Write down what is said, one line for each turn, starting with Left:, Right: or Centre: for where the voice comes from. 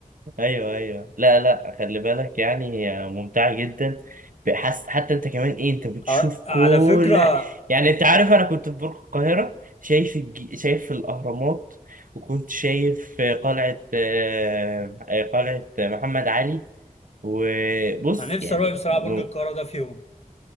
Right: ايوه ايوه لا لا خلي بالك يعني هي ممتعه جدا بحس حتى انت كمان ايه انت بتشوف
Left: أه، على
Right: كل
Left: فكرة
Right: حاجه يعني انت عارف انا كنت في برج القاهره شايف الج... شايف الاهرامات وكنت شايف قلعه آه، قلعه محمد علي وبص
Left: أنا نفسي
Right: يعني
Left: أروح بصراحة
Right: و-
Left: برج القاهرة ده في يوم